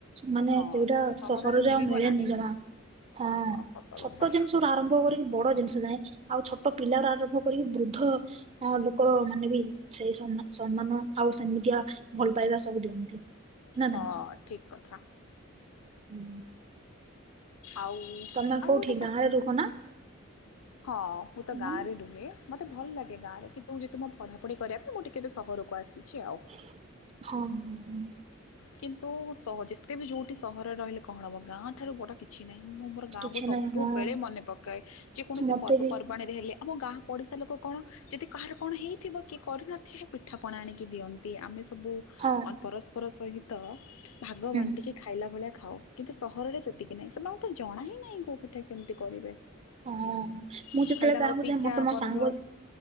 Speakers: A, on the right; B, on the left.
A: ମାନେ
B: ହଁ
A: ସେଇଟା ସହରରେ
B: ମିଳିବ
A: ଆଉ ମିଳେନି
B: ନାହିଁ
A: ଜମା ହଁ
B: ସତ
A: ଛୋଟ
B: କଥା
A: ଜିନିଷ ରୁ ଆରମ୍ଭ କରିକି ବଡ ଜିନିଷ ଯାଏ ଆଉ ଛୋଟ ପିଲା ର ଆରମ୍ଭ କରିକି ବୃଦ୍ଧ ଲୋକ ମାନେ ବି ସେଇ ସମ୍ମାନ ଆଉ ସେମିତିଆ ଭଲ ପାଇବା ସବୁ ଦିଅନ୍ତି। ନା
B: ହଁ ଠିକ କଥା।
A: ହୁଁ।
B: ଆଉ
A: ତମେ
B: ଆଉ
A: କୋଉଠି
B: ଗୋଟେ କଥା
A: ଗାଁରେ ରୁହ ନା?
B: ହଁ ମୁଁ ତ
A: ହଁ
B: ଗାଁ ରେ ରୁହେ ମତେ ଭଲ ଲାଗେ ଗାଁ ରେ କି ନ୍ତୁ ଯେହେତୁ ମୋ ପ଼ଢାପଢ଼ି କରିବା କୁ ମୁଁ ଟିକେ ଏବେ ସହରକୁ ଆସିଛି ଆଉ।
A: ହଁ ହଁ ହଁ।
B: କିନ୍ତୁ ସହ ଯେତେ ବି ଯଉଠି ସହରରେ ରହିଲେ କଣ ହେବ ଗାଁଠାରୁ ବଡ଼ କିଛି ନାହିଁ ମୁଁ ମର ଗାଁକୁୁ
A: କିଛି
B: ସବୁବେଳେ
A: ନାହିଁ ହଁ
B: ମନେ ପକାଏ ଯେ କୌଣସି
A: ମତେ
B: ପର୍ବ
A: ବି
B: ପର୍ ପର୍ବାଣୀରେ ହେଲେ ଆମ ଗାଁ ପଡ଼ିଶା ଲୋକ କଣ ଯଦି କାହାର କଣ ହେଇଥିବ କି କରିନଥିବ ପିଠାପଣା ଆଣିକି ଦିଅନ୍ତି ଆମେ ସବୁ
A: ହଁ।
B: ଅ- ପରସ୍ପର ସହିତ ଭାଗ
A: ହୁଁ
B: ବାଣ୍ଟିକି ଖାଇଲା ଭଳିଆ ଖାଅ କିନ୍ତୁ ସହରରେ ସେତିକି ନାହିଁ ସେମାନଙ୍କୁ ତ ଜଣା ହିଁ ନାହିଁ କୋଉ ପିଠା କେମିତି କରିବେ। ଖାଲି
A: ହଁ। ମୁଁ ଯେତେବେଳେ
B: ତାଙ୍କର
A: ଗାଁକୁ
B: ପିଜ୍ଜା,
A: ଯାଏ ମତେ ମୋ
B: ବର୍ଗର।
A: ସାଙ୍ଗ